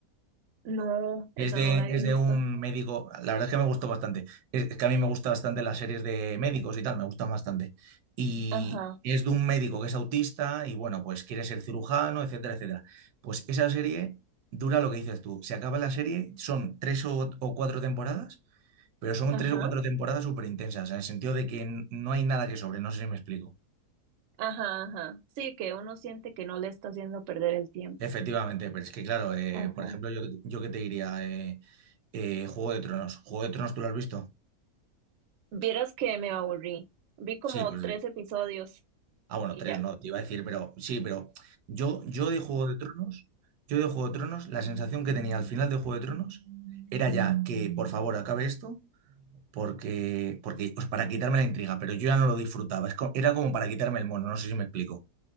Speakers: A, on the right; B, on the right.
A: No,
B: Es
A: esa
B: de,
A: no la
B: es
A: he visto.
B: de un médico, la verdad es que me gustó bastante. Es, es que a mí me gustan bastante las series de médicos y tal, me gustan bastante. Y
A: Ajá,
B: es de un médico que es autista y bueno, pues quiere ser cirujano, etcétera, etcétera. Pues esa serie dura lo que dices tú. Se acaba la serie, son tres o, o cuatro temporadas, pero son
A: ajá,
B: tres o cuatro temporadas súper intensas, en el sentido de que n- no hay nada que sobre, no sé si me explico.
A: ajá, ajá. Sí, que uno siente que no le está haciendo perder el tiempo.
B: Efectivamente, pero es que claro, eh,
A: Ajá.
B: por ejemplo, yo, yo qué te diría, eh, eh, Juego de Tronos. ¿Juego de Tronos tú lo has visto?
A: Vieras que me aburrí. Vi como
B: Sí, pues...
A: tres
B: eh,
A: episodios
B: Ah, bueno,
A: y
B: tres
A: ya.
B: no, te iba a decir, pero sí, pero yo, yo de Juego de Tronos, yo de Juego de Tronos, la sensación que tenía al final de Juego de Tronos era ya que, por favor, acabe esto, porque, porque, o sea, para quitarme la intriga, pero yo ya no lo disfrutaba. Es co- era como para quitarme el mono, no sé si me explico.